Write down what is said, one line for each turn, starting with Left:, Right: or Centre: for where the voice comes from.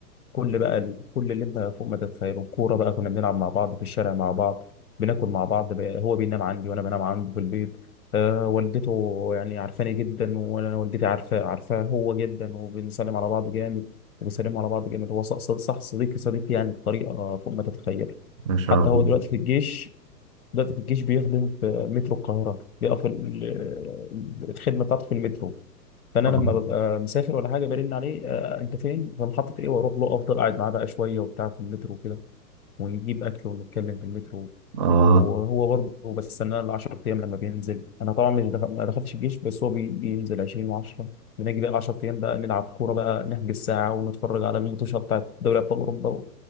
Left: كل بقى كل اللي انت فوق ما تتخيله كوره بقى كنا بنلعب مع بعض في الشارع مع بعض بناكل مع بعض بقى هو بينام عندي وانا بنام عنده في البيت آه والدته يعني عارفاني جدا وانا والدتي عارفاه عارفاه هو جدا وبنسلم على بعض جامد وبيسلموا على بعض جامد هو ص- ص- صح صديقي صديقي يعني بطريقه فوق ما تتخيل
Right: ما شاء
Left: حتى
Right: الله
Left: هو دلوقتي في الجيش دلوقتي في الجيش بيخدم في مترو القاهره بيقف ال- ال- الخدمه بتاعته في المترو فانا
Right: اه
Left: لما ببقى مسافر ولا حاجه برن عليه آه انت فين في محطه ايه واروح له افضل قاعد معاه بقى شويه وبتاع في المترو وكده ونجيب اكل ونتكلم في المترو
Right: اه
Left: وهو برضه بستناه ال 10 ايام لما بينزل انا طبعا مش دخل... ما دخلتش الجيش بس هو بي... بينزل 20 و10 بنيجي بقى ال 10 ايام بقى نلعب كوره بقى نحجز ساعه ونتفرج على الماتشات بتاعت دوري ابطال اوروبا و...